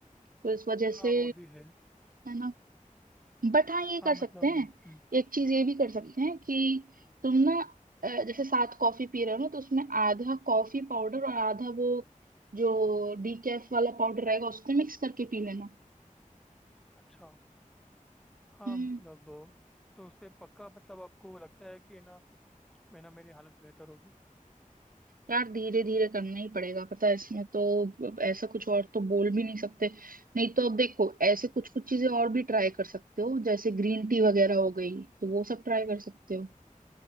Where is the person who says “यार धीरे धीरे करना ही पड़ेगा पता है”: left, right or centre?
Right